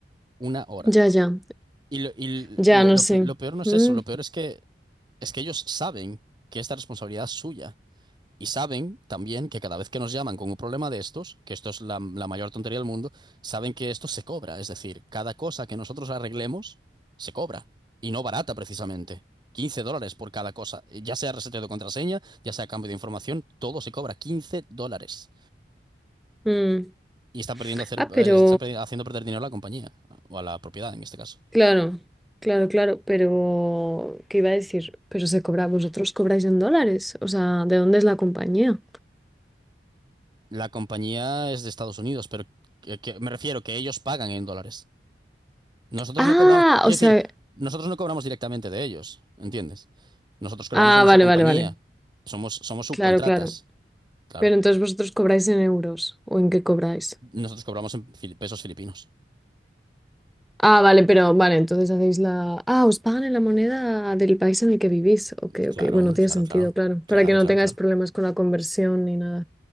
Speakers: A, on the right (about 25°); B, in the centre.
A: una hora.
B: ya, ya,
A: Y lo, y
B: ya,
A: lo
B: no
A: lo
B: sé.
A: pe- lo peor no es
B: Mm,
A: eso, lo peor es que Es que ellos saben que esta responsabilidad es suya. Y saben también que cada vez que nos llaman con un problema de estos, que esto es la, la mayor tontería del mundo, saben que esto se cobra. Es decir, cada cosa que nosotros arreglemos, se cobra. Y no barata, precisamente. quince dólares por cada cosa. Ya sea reseteo de contraseña, ya sea cambio de información, todo se cobra 15 dólares.
B: mm.
A: Y están perdiendo hacer,
B: Ah,
A: eh,
B: pero,
A: están perdi- haciendo perder dinero a la compañía, o a la propiedad en este caso.
B: claro, claro, claro, pero, ¿qué iba a decir? Pero se cobra, vosotros cobráis en dólares, o sea, ¿de dónde es la compañía?
A: La compañía es de Estados Unidos, pero que- que- me refiero que ellos pagan en dólares. Nosotros
B: Ah,
A: no cobramos, quiero
B: o sea,
A: decir, nosotros no cobramos directamente de ellos, ¿entiendes? Nosotros cobramos
B: ah,
A: de nuestra
B: vale,
A: compañía,
B: vale, vale.
A: somos, somos subcontratas,
B: Claro, claro.
A: claro.
B: Pero entonces vosotros cobráis en euros o en qué cobráis.
A: Nosotros cobramos en fili- pesos filipinos.
B: Ah, vale, pero vale, entonces hacéis la... Ah, os pagan en la moneda del país en el que vivís. Ok,
A: Claro,
B: ok. Bueno,
A: hombre,
B: tiene
A: claro,
B: sentido,
A: claro,
B: claro.
A: claro,
B: Para que no
A: claro,
B: tengáis
A: claro.
B: problemas con la conversión ni nada.